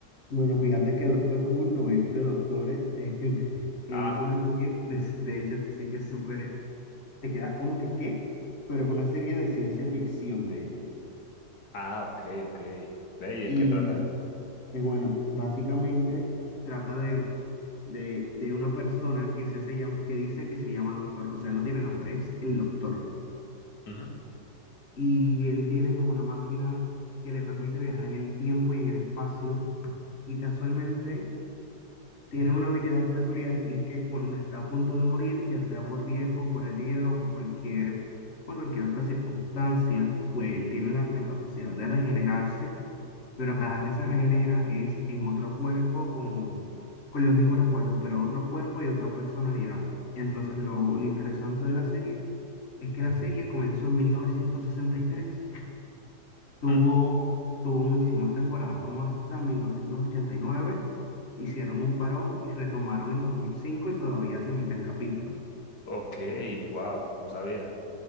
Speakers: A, on the left; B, on the left.
A: bueno, fíjate que Doctor Who no es de doctores. <laughs> eh,
B: Ah,
A: una serie, de, de hecho, sí, es súper, te quedas como que, ¿qué? Pero es una serie de ciencia ficción, de hecho.
B: ah, ok, ok. Ve, ¿y de
A: Y
B: qué trata?
A: eh, bueno, básicamente trata de, de, de una persona que, se, se llama, que dice que se llama doctor, o sea, no tiene nombre, es el doctor.
B: Ujú,
A: y él tiene como una máquina que le permite viajar en el tiempo y en el espacio y casualmente tiene una habilidad peculiar y es que cuando está a punto de morir, ya sea por viejo, por herida o por cualquier, por cualquier otra circunstancia, pues él tiene la, la capacidad de regenerarse, pero cada que se regenera es en otro cuerpo con, con los mismos recuerdos, pero otro cuerpo y otra personalidad. Entonces lo, lo interesante de la serie es que la serie comenzó en 1963 Tuvo,
B: mm,
A: tuvo muchísimas temporadas, como hasta 1989. Hicieron un parón y retomaron en 2005 y todavía se emiten capítulos.
B: Ok, wow, no sabía.